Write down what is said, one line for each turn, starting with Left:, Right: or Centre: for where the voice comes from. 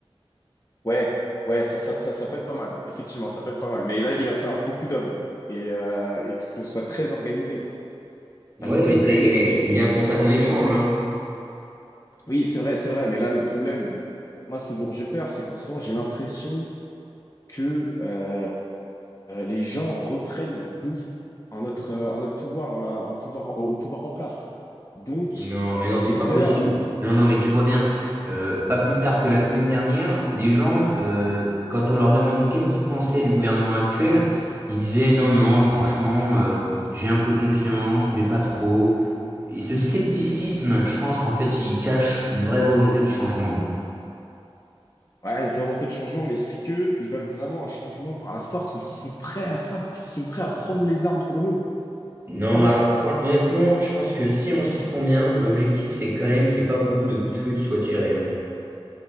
Left: ouais, ouais, ça, ça, ça, ça peut être pas mal. Effectivement, ça peut être pas mal. Mais là, il va falloir beaucoup d'hommes et, euh, et que ce qu'on soit très organisé.
Right: Ouais,
Left: Parce qu'il
Right: mais
Left: y a
Right: c'est
Left: quand
Right: eh,
Left: même une réplique.
Right: c'est bien pour ça qu'on échange, hein.
Left: Oui, c'est vrai, c'est vrai. Mais là, le problème, moi, ce dont j'ai peur, c'est qu'en ce moment, j'ai l'impression que euh, euh, les gens reprennent d'où en notre, euh, en notre pouvoir, en la- en pouvoir, au au pouvoir en place. Donc,
Right: Non, mais non,
Left: j'ai
Right: c'est pas
Left: peur,
Right: possible. Non, non, mais tu vois bien, euh, pas plus tard que la semaine dernière, les gens, euh, quand on leur demandait qu'est-ce qu'ils pensaient du gouvernement actuel, ils disaient non, non, franchement, euh, j'ai un peu confiance, mais pas trop. Et ce scepticisme, je pense, en fait, il cache une vraie volonté de changement.
Left: ouais, une volonté de changement, mais est-ce qu'ils veulent vraiment un changement par la force? Est-ce qu'ils sont prêts à ça? Est-ce qu'ils sont prêts à prendre les armes pour nous?
Right: Non,
Left: Vraiment?
Right: alors fran- honnêtement, je pense que si on s'y prend bien, l'objectif, c'est quand même qu'il n'y ait pas beaucoup de coups de feu qui soient tirés. hein.